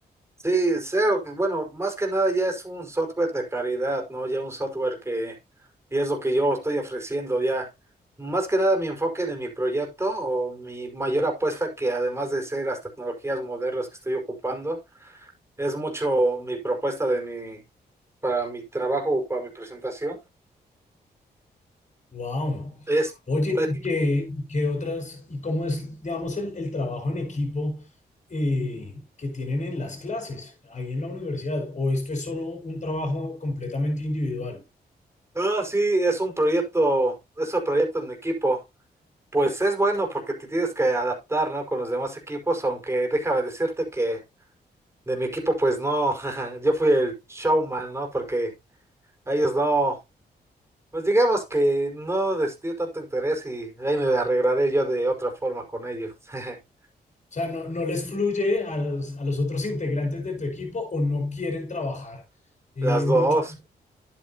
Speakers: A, on the right (about 15°); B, on the left (about 45°).
A: sí, cero, que, bueno, más que nada ya es un software de calidad, ¿no? Ya un software que, y es lo que yo estoy ofreciendo ya. Más que nada mi enfoque de mi proyecto o mi mayor apuesta que además de ser las tecnologías modernas que estoy ocupando, es mucho mi propuesta de mi, para mi trabajo, para mi presentación,
B: Wow.
A: es
B: Oye,
A: pues,
B: ¿y ¿qué, y qué otras, y cómo es, digamos, el, el trabajo en equipo eh, que tienen en las clases, ahí en la universidad? ¿O esto es solo un trabajo completamente individual?
A: Ah, sí, es un proyecto, es un proyecto en equipo. Pues es bueno porque te tienes que adaptar, ¿no? Con los demás equipos, aunque déjame decirte que de mi equipo, pues no, <laughs> yo fui el showman, ¿no? Porque a ellos no, pues digamos que no les dio tanto interés y ahí me arreglaré yo de otra forma con ellos. <laughs>
B: O sea, ¿no, no les fluye a los, a los otros integrantes de tu equipo o no quieren trabajar eh,
A: Las dos,
B: mucho?